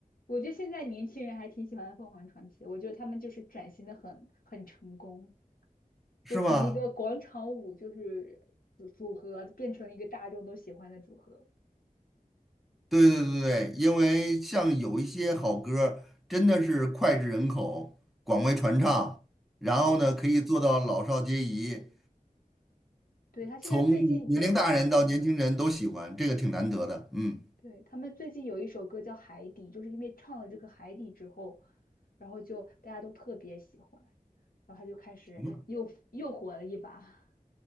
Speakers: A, on the left (about 85°); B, in the centre.
A: 我觉得现在年轻人还挺喜欢凤凰传奇，我觉得他们就是转型的很很成功，
B: 是吧？
A: 就从一个广场舞就是组组合变成了一个大众都喜欢的组合。
B: 对对对对，因为像有一些好歌儿真的是脍炙人口，广为传唱，
A: 对，
B: 然后呢，
A: 对的，
B: 可以做到老少皆宜，
A: 对他现在最近的，
B: 从年龄大人到年轻人都喜欢，这个挺难得的。嗯，
A: 对他们最近有一首歌叫《海底》，就是因为唱了这个《海底》之后，然后就大家都特别喜欢，然后他就开始又又火了一把。
B: 什么